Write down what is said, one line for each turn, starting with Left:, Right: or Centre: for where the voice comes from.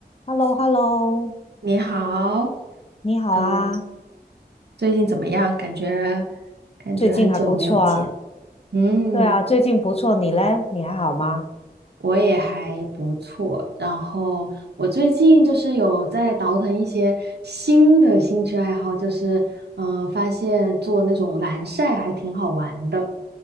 Left: h e l l o h e l l o
Right: 你好，
Left: 你好啊，
Right: 呃，最近怎么样？感觉感觉很久没有见。
Left: 最近还不错啊。
Right: 嗯，
Left: 对啊，最近不错，你嘞？你还好吗？
Right: 我也还不错，然后我最近就是有在倒腾一些新的兴趣爱好，就是嗯、呃发现做那种蓝晒还挺好玩的。